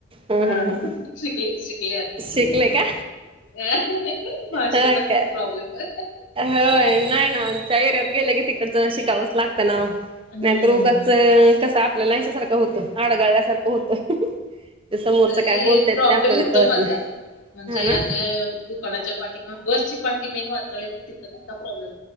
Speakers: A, on the right (about 25°); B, on the left (about 85°).
A: ह
B: हा
A: ह ह
B: शिकले, शिकले आता इकडे
A: शिकले
B: येऊन
A: का
B: ऍ. भाषेचा
A: ह
B: खूप
A: काय
B: प्रॉब्लेम आहे.
A: होय नाही ना त्यां एरियात गेलं की तिकडचं शिकावंच लागतं ना ओ
B: हम्म.
A: नाहीतर उगाच. कसं आपल्याला याच्यासारखं होतं, आडगळल्यासारखं होतं. ते समोरचं
B: तरी
A: काय बोलतायत
B: प्रॉब्लेम
A: ते आपल्याला
B: होतो
A: कळत
B: माझा,
A: नाही
B: म्हणजे
A: हा
B: अशे
A: ना
B: बु कोणाच्या पाटी क बसची पाटी मेन वाचयला येत नाही तिथं मोठा प्रॉब्लेम.